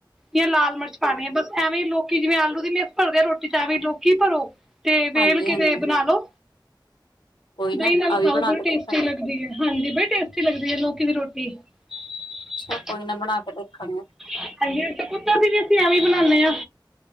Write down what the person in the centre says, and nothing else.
ਜਾਂ ਲਾਲ ਮਿਰਚ ਪਾਣੀ ਹੈ ਬਸ ਐਵੇਂ ਲੋਕੀ ਜਿਵੇਂ ਆਲੂ ਦੀ ਮੇ ਭਰਦੇ ਆ ਰੋਟੀ ਚਚ ਐਵੇਂ ਲੋਕ ਕੀ ਭਰੋ ਤੇ ਵੇਲ
ਕਿਤੇ
ਬਣਾ ਲੋ
ਦਹੀਂ ਨਾਲ
ਖਾਓ
ਬੜੀ
ਟੇਸਟੀ
ਲੱਗਦੀ ਹੈ ਹਾਂਜੀ ਬੜੀ <unintelligible> ਅੱੀ ਲੱਗਦੀ ਹੈ ਲੋਕੀ ਦੀ ਰੋਟੀ <unintelligible>
ਹੈ ਤੇ ਕੁੱਤਾ ਦੀ ਵੀ ਅਸੀਂ ਐਵੇਂ ਬਣਾਨੇ ਹਾਂ